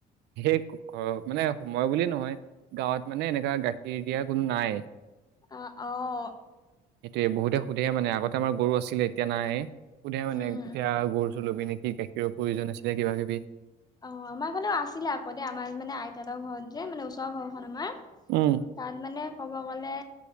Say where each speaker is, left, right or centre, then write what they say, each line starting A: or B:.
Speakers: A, on the right; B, on the left.
A: ঘৰৰ মানে সময় বুলি নহয়, গাঁৱত মানে এনেকুৱা গাখীৰ দিয়া কোনো নাই।
B: অহ', অহ।
A: সেইটোৱেই বহুতে সুধে মানে, আগতে আমাৰ গৰু আছিলে। এতিয়া নাই। সোধে মানে
B: উম উম
A: এতিয়া গৰু চৰু লবি নেকি গাখীৰৰ প্ৰয়োজন আছিলে কিবা কিবি।
B: অহ', আমাৰ ফালেও আছিলে আকৌ দেই, আমাৰ মানে আইতাহঁতৰ ঘৰত যে মানে ওচৰৰ ঘৰখন আমাৰ
A: উম
B: তাত মানে ক'ব গ'লে